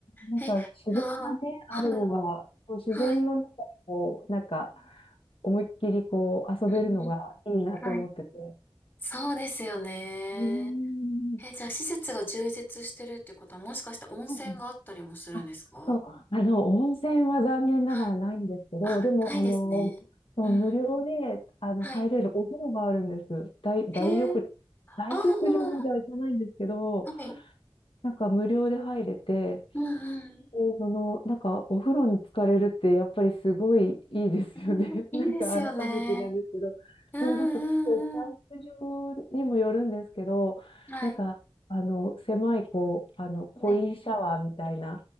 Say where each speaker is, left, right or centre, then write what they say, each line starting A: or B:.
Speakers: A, on the left; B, on the left.
A: なんか自分がね、
B: ー。え、なあ、
A: あるのが、
B: はい。
A: こう自然の中でこう、
B: はい。
A: なんか
B: う
A: 思いっきりこう遊べるのがいいなと思ってて。
B: ん。うんはい。そうですよね
A: うーん。
B: え、じゃあ施設が充実してるってことはもしかして温泉があったりもするんですか
A: はいあそう、あの、温泉は残念ながらないんですけど、
B: はい。あ、
A: でも、
B: ないですね。
A: あの、そう無料で、
B: うんうん。
A: あの、
B: はい。
A: 入れるお風呂があるんです。大、大浴場。
B: へえ、
A: 大浴場までは行かないんですけど、
B: ああ、はい。
A: なんか無料で入れて、
B: うんうん。
A: で、その、なんかお風呂に浸かれるってやっぱりすごいいいですよね。
B: うんいいですよね。
A: <laughs> なんか改めてなんですけど、
B: うんうんうん。
A: そう、なんか結構キャンプ場にもよるんですけど、
B: はい。
A: なんか、あの、狭い、こう、あの、コインシャワーみたいな
B: はい。